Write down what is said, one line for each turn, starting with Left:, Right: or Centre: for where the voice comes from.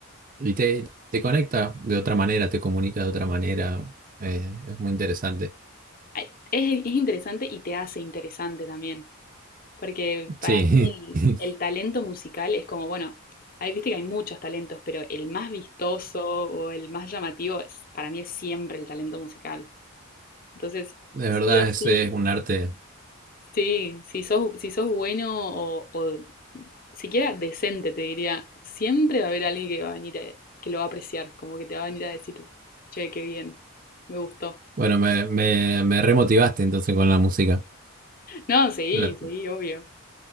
Right: y te, te conecta de otra manera, te comunica de otra manera, eh, es muy interesante.
Left: Ay, Es, es interesante y te hace interesante también, porque para
Right: Sí,
Left: mí
Right: <laughs>
Left: el, el talento musical es como, bueno, ahí viste que hay muchos talentos, pero el más vistoso o el más llamativo es, para mí es siempre el talento musical. Entonces,
Right: de
Left: sí
Right: verdad
Left: o sí,
Right: ese es un arte.
Left: Sí, si sos, si sos bueno o, o siquiera decente, te diría, siempre va a haber alguien que va a venir a- que lo va a apreciar, como que te va a venir a decir, che, qué bien, me gustó.
Right: Bueno, me, me, me remotivaste entonces con la música.
Left: No, sí,
Right: La-
Left: sí, obvio.